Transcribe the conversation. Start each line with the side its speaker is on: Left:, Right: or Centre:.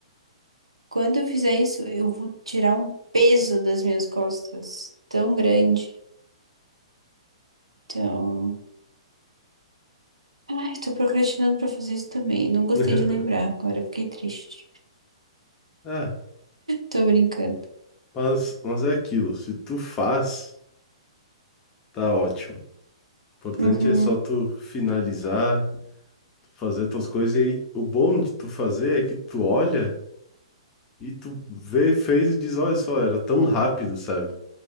Right: quando eu fizer isso, eu vou tirar um peso das minhas costas tão grande. Então, ai, tô procrastinando para fazer isso também. Não gostei
Left: <laughs>
Right: de lembrar agora, fiquei triste.
Left: É,
Right: Tô brincando.
Left: mas, mas é aquilo, se tu faz, tá ótimo. O importante
Right: Uhum.
Left: é só tu finalizar, tu fazer tuas coisas e aí o bom de tu fazer é que tu olha e tu vê, fez e diz, olha só, era tão rápido, sabe?